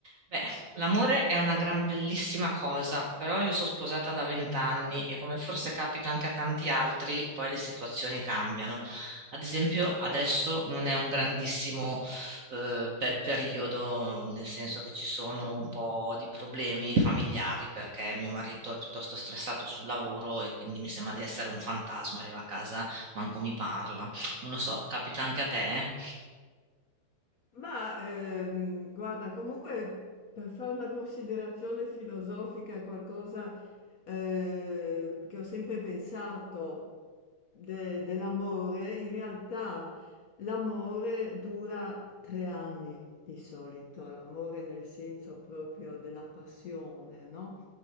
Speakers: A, on the right; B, on the left.
A: Beh, l'amore è una gran bellissima cosa, però io sono sposata da vent'anni e come forse capita anche a tanti altri, poi le situazioni cambiano. Ad esempio, adesso non è un grandissimo eh, bel periodo, nel senso che ci sono un po' di problemi familiari perché mio marito è piuttosto stressato sul lavoro e quindi mi sembra di essere un fantasma, arriva a casa, manco mi parla. Non lo so, capita anche a te?
B: Ma ehm, guarda, comunque per fare una considerazione filosofica, qualcosa eh, che ho sempre pensato de- dell'amore, in realtà l'amore dura tre anni di solito, l'amore nel senso proprio della passione, no?